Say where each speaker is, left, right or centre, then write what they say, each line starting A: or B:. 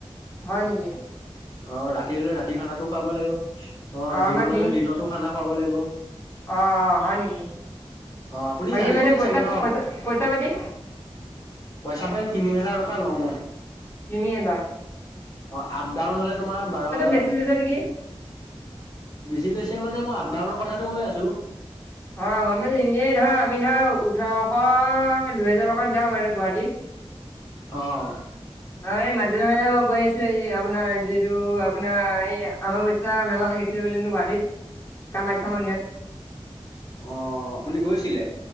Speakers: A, on the left; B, on the left.
A: হয় নেকি
B: অ ৰাতি হলে ৰাতি খানাটো খুৱাব লাগিব, অ দিনত
A: আমাৰ দিন
B: হলে দিনতো খা খানা খোৱাব লাগিব।
A: অ হয় নেকি?
B: অ আপুনি
A: বাকী
B: জানিবই
A: মানে পইচা-পইচা-পইচা
B: চাগে ন
A: পাতি?
B: পইচা-পাতি তিনি হাজাৰ টকা লওঁ মই। <inaudible>
A: তিনিহাজাৰ?
B: অ আপ-ডাউন হলে তোমাৰ বাৰ হাজাৰ।
A: বেছি লৈছে নেকি
B: বেছিলৈছে মানে মই আপ-ডাউনৰ কথাটো কৈ আছোঁ।
A: হয় গম এনেই ধৰা আমি ধৰা ওঠৰশ দুহেজাৰ টকাত যাওঁ আৰু গুৱাহাটী।
B: অঁ।
A: অ এই মাজে-মাজে মই গৈ আছিলো এই আপোনাৰ যিটো আপোনাৰ এই আমাৱস্যা মেলা লাগিছিল <unintelligible> গুৱাহাটীত কামাখ্যা মন্দিৰত।
B: অ'! আপুনি গৈছিলে?